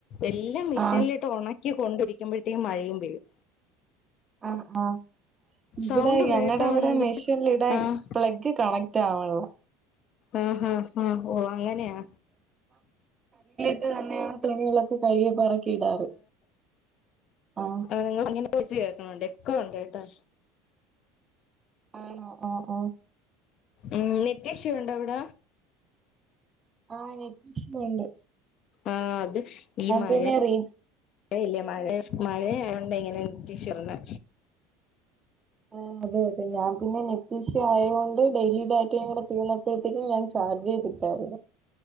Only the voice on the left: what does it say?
എല്ലം മിഷീൻലിട്ട്
ഉണക്കി കൊണ്ടി രിക്കുമ്പഴത്തേനും മഴയും പെയ്യും
സൗണ്ട്
ബ്രേക്ക് ആവണണ്ട്
ആഹ്
ആഹ് ഹാ ഹാ ഓഹ് അങ്ങനെയാ
നിങ്ങള് അങ്ങനെ പ്പച്ച് കേക്കണ്ണ്ട് എക്കോ ഉണ്ട് കെട്ടാ
ഉം നെറ്റിഷ്യു ഉണ്ടവിട
ആഹ് അത് ഈ മഴേ
ഴ ഇല്ലേ മഴ മഴയായോണ്ട ഇങ്ങനെ നെറ്റിഷ്യു വന്നെ